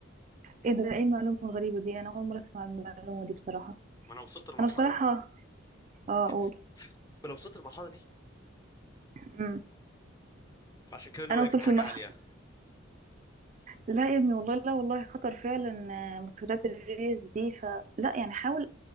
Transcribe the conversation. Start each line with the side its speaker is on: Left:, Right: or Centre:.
Right: ايه ده ايه المعلومة الغريبة دي انا اول مرة اسمع المعلومة دي بصراحة
Left: ما انا وصلت لمرحله
Right: انا بصراحة اه
Left: كده
Right: اقول
Left: ما انا وصلت للمرحله دي
Right: امم
Left: عشان كده ناوي
Right: انا وصلت
Left: اجيب حاجه
Right: لمرحلة
Left: عاليه
Right: لا يا ابني والله لا والله خطر فعلا آه، موتوسيكلات الريس دي فلا يعني حاول